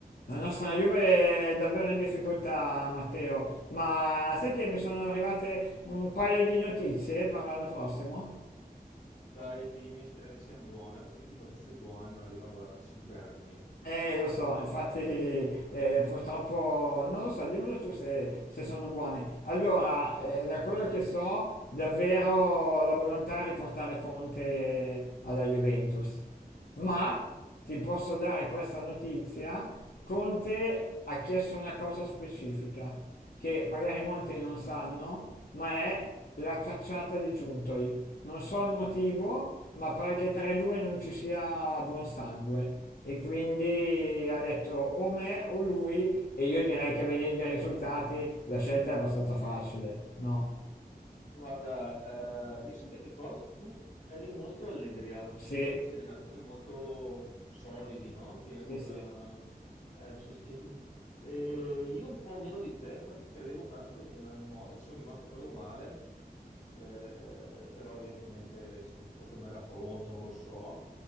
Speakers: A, on the left; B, on the left.
A: La nostra Juve è davvero in difficoltà, Matteo, ma sai che mi sono arrivate un paio di notizie per l'anno prossimo?
B: Dai, dimmi, speriamo che siano buone, perché qui notizie buone non arrivano da cinque anni.
A: Eh, lo so, infatti <laughs> eh, purtroppo non lo so, dimmelo tu se, se sono buone. Allora, eh, da quello che so, davvero la volontà è riportare Conte alla Juventus. Ma ti posso dare questa notizia, Conte ha chiesto una cosa specifica che magari molti non sanno, ma è la cacciata di Giuntoli. Non so il motivo, ma pare che tra i due non ci sia buon sangue. E quindi ha detto o me o lui, e io direi che vedendo i risultati la scelta è abbastanza facile, no?
B: Guarda, eh, io so ben ricordo, tu eri molto allegriano,
A: Sì,
B: ti piacciono questi allenatori molto solidi, no? Che non...
A: sì, sì.
B: eh, se- se ti- eh, io un po' meno di te, infatti credevo tanto in, in Mota, ci sono rimasto proprio male. Eh, però evidentemente sì, forse non era pronto, non lo so.